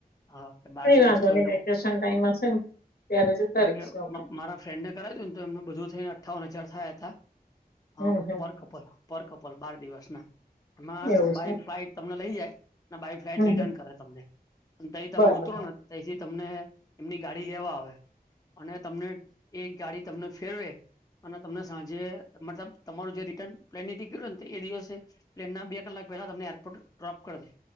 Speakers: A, on the left; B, on the left.
A: અ બાર
B: કઈ
A: દિવસ
B: વાંધો
A: તો
B: નહી
A: એનો
B: વેકેશન ટાઈમ હશે ને ત્યારે જતા
A: કારણ
B: રહીશું
A: કે
B: આપડે
A: મ-મારા ફ્રેન્ડને કરાયુ તુન તો એમને બધું થઈન અઠાવન હજાર થયા તા.
B: હમ
A: અ
B: હમ
A: પર કપ પર પર કપલ બાર દિવસના, એમાં
B: એવું
A: બાય
B: છે
A: ફ્લાઈટ તમને લઈ જાય ના બાય ફ્લાઇટ
B: હમ
A: રિટર્ન
B: હમ
A: કરે તમને. અન તઈ તમે
B: બરાબર
A: ઉતરો ને તઈથી તમને એમની ગાડી લેવા આવે અને તમને એક ગાડી તમને ફેરવે અને તમને સાંજે મતલબ તમારું જે રિટર્ન પ્લેનની ટિકિટ હોય ન તો એ દિવસે પ્લેનના બે કલાક પહેલા તમને એરપોર્ટ ડ્રોપ કર દે.